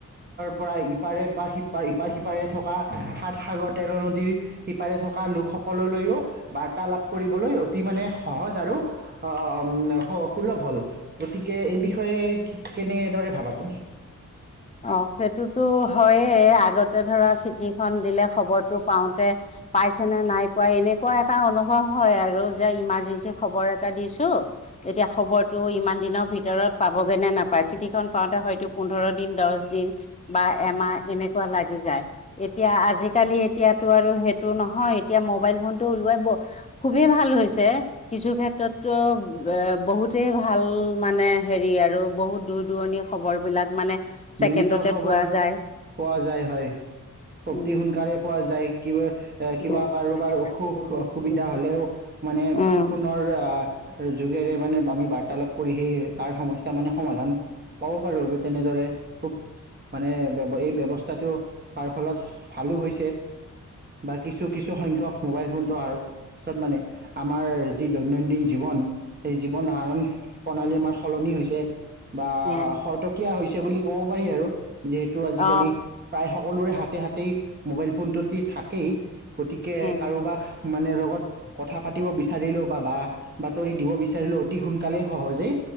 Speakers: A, on the right; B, on the left.
A: পৰা ইপাৰে বা সিপাৰ, ইপাৰ-সিপাৰে থকা সাত তেৰ নদীৰ সিপাৰে থকা লোকসকললৈও বাৰ্তালাাপ কৰিবলৈ অতি মানে সহজ আৰু আহ', সুলভ হল। গতিকে এই বিষয়ে কেনেদৰে ভাবা তুমি?
B: অ সেইটোতো হয়ে আগতে ধৰা চিঠি খন দিলে খবৰটো পাওঁতে পাইছে নে নাই পাই এনেকুৱা এটা অনুভৱ হয় আৰু যে ইমাৰ্জেঞ্চি খবৰ এটা দিছো। চ এতিয়া খবৰটো ইমান দিনৰ ভিতৰত পাবগে নে নাপায় চিটিখন পাওঁতে হয়তো পোন্ধৰত দিন দছ দিন বা এমাহ এনেকুৱা লাগি যায় এতিয়া আজিকালি এতিয়াটো আৰু সেইটো নহয় এতিয়া মোবাইল ফোনটো উলোৱাই খুবেই ভাল হৈছে, কিছু ক্ষেত্ৰতো এ বহুতেই ভাল মানে হেৰি আৰু বহুত দূৰ-দূৰণি খবৰ বিলাক মানে ছেকেণ্ডতে
A: মিনিটৰ খবৰ
B: পোৱা যায়
A: পোৱা যায় হয়। অতি
B: উম
A: সোনকালে পোৱা যায়। কিবা এ
B: উম
A: কিবা কাৰোবাৰ
B: উম
A: অসুখ অসুবিধা হলেও মানে
B: উম
A: ফোনৰ আহ যুগেৰে মানে আমি বাৰ্তালাপ কৰি সেই তাৰ সমস্যা মানে সমাধান পাব পাৰোঁ আৰু তেনেদৰে খুব মানে এই ব্যৱস্থাটো হোৱাৰ ফলত ভালো হৈছে বা কিছু কিছু সংখ্যক মোবাইল ফোনটো অহাৰ পাছত মানে আমাৰ যি দৈনন্দিন জীৱন, সেই জীৱন ধাৰণ প্ৰণালী আমাৰ সলনি হৈছে বা
B: উম
A: শৰতকীয়া হৈছে। সে বুলি ক'ব পাৰি আৰু যিহেতু আজিকালি
B: অ
A: প্ৰায় সকলোৰে হাতে হাতে মোবাইল ফোনটোদি থাকেই গতিকে
B: উম
A: কাৰোবাক মানে, লগত কথা পাতিব বিচাৰিলেও, বা বা বাতৰি দিব বিচাৰিলেও, অতি সোনকালেই সহজেই